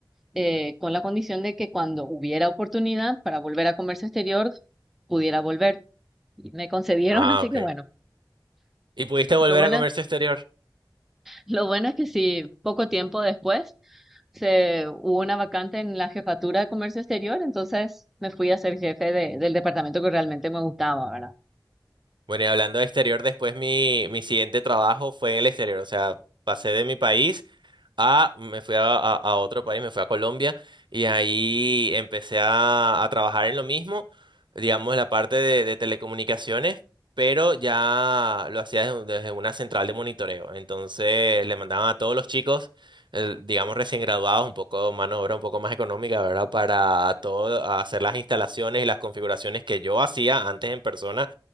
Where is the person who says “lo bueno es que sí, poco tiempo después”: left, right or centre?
Centre